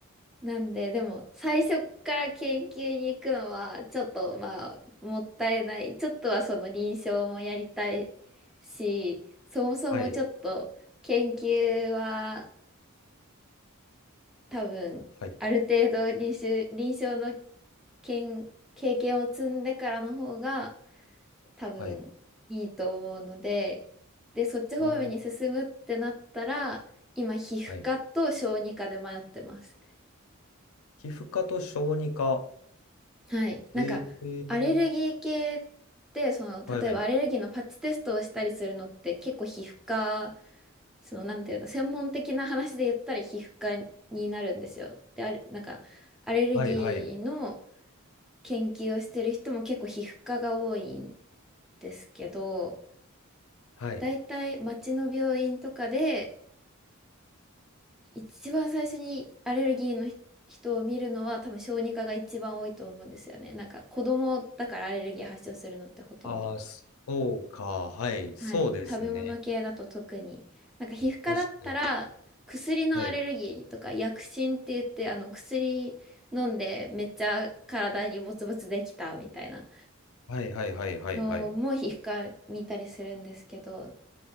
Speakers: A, in the centre; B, on the left (about 75°).
A: なんで、でも、最初から研究に行くのは、ちょっと、まあ、もったいない。ちょっとはその臨床もやりたいし、そもそもちょっと、
B: はい。
A: 研究は、多分、
B: はい。
A: ある程度臨床、臨床の経経験を積んでからの方が多分いいと思うので、
B: はい。
A: で、そっち方面に進むってなったら、
B: あー、
A: 今、皮膚科と小児科で迷ってます。
B: はい。皮膚科と小児科。
A: はい。なんか、
B: えー、
A: アレルギー系って、その、
B: はい。
A: 例えばアレルギーのパッチテストをしたりするのって結構皮膚科、その、なんていうの、専門的な話で言ったら皮膚科になるんですよ。で、あれ、なんか、アレルギーの
B: はい。はい。
A: 研究をしてる人も結構皮膚科が多いんですけど、
B: はい。
A: だいたい町の病院とかで一番最初にアレルギーのひ人を見るのは多分小児科が一番多いと思うんですよね。なんか子供だからアレルギー発症するのってほとんど。
B: ああ、そうか。はい。
A: はい。
B: そうですね。
A: 食べ物系だと特に。なんか皮膚科だったら薬のアレルギーとか薬疹って言ってあの薬飲んでめっちゃ体にボツボツできたみたいな。
B: 確かに。はい。はいはいはいはいはい。
A: のも皮膚科見たりするんですけど、